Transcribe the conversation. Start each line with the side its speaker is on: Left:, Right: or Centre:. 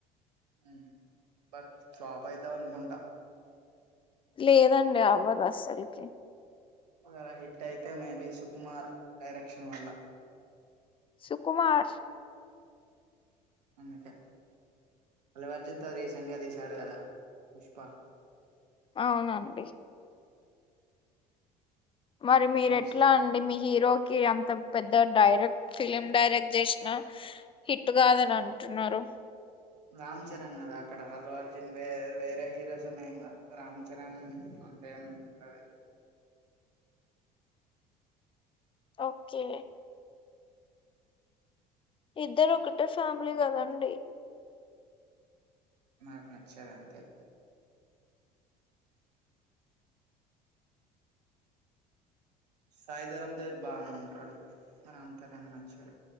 Right: ఉమ్ బట్ ఫ్లాప్ అయితా అనుకుంటా
Left: లేదండి అవ్వదు అస్సలకి
Right: ఒకేలా హిట్ అయితే మేబి సుకుమార్ డైరెక్షన్ వల్ల
Left: సుకుమార్
Right: అందుకే అల్లు అర్జున్తో రీసెంట్ గా తీసాడు కదా పుష్ప
Left: అవునండి మరి మీరు
Right: నెక్స్ట్
Left: ఎట్లా అండి మీ హీరో కె అంత పెద్ద డైరెక్ట్ ఫిలిమ్ డైరెక్ట్ చేసిన హిట్ కాదని అంటున్నారు
Right: రామ్ చరణ్ కదా అక్కడ అల్లు అర్జున్ వేర్ వేరే హీరోస్ ఉన్నాయి కదా రామ్ చరణ్ అంతే ఏం ఉండది
Left: ఓకే ఇద్దరు ఒకటే ఫ్యామిలీ కదండి?
Right: నాకు నచ్చదంతే. సాయిధరమ్ తేజ్ బానే ఉంటాడు, మరి అంత నాక్ నచ్చడు.